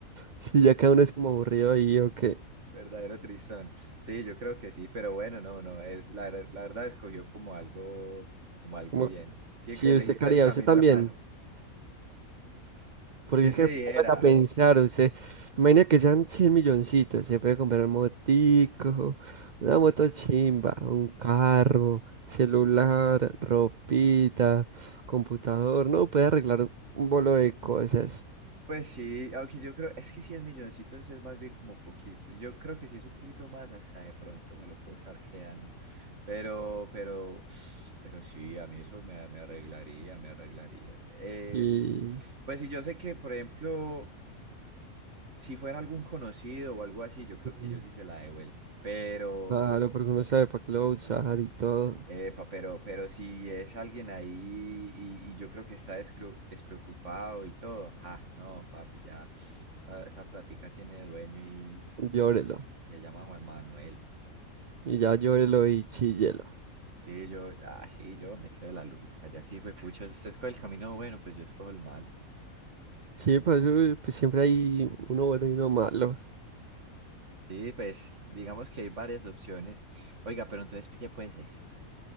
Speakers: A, on the right (about 80°); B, on the right (about 55°).
A: Sí, ya cada uno es como aburrido ahí, o qué.
B: Verdadero tristón. Sí, yo creo que sí, pero bueno, no, no, es la, ver- la verdad escogió como algo, como algo
A: Como,
B: bien. Sí,
A: sí,
B: que elegiste
A: usted qué haría,
B: el camino
A: usted también.
B: sano.
A: Porque
B: ¿Qué
A: es
B: te
A: que
B: dijera?
A: pongan a pensar, usted, imagina que sean 100 milloncitos, se puede comprar un motico, una moto chimba, un carro, celular, ropita, computador, ¿no? Puede arreglar un bolo de cosas.
B: Pues sí, aunque yo creo, es que si es milloncitos es más bien como poquitos. Yo creo que si es un poquito más, hasta de pronto me lo puedo estar quedando. Pero, pero, pero sí, a mí eso me, me arreglaría, me arreglaría. Em,
A: Y
B: pues sí, yo sé que, por ejemplo si fuera algún conocido o algo así, yo creo
A: mm,
B: que yo sí se la devuelvo. Pero,
A: claro, porque uno sabe para qué lo va a usar y todo,
B: epa, pero, pero si es alguien ahí y, y yo creo que está descru- despreocupado y todo, ah, no, papi, ya ah, esa plática tiene dueño y
A: llórelo.
B: se llama Juan Manuel.
A: Y ya llórelo y chíllelo.
B: Sí, yo, ah, sí, yo me quedo la luca, ya que hijo de pucha, usted escoge el camino bueno, pues yo escojo el malo.
A: Sí, pues, pues siempre hay uno bueno y uno malo.
B: Sí, pues digamos que hay varias opciones. Oiga, pero entonces pille pues esta.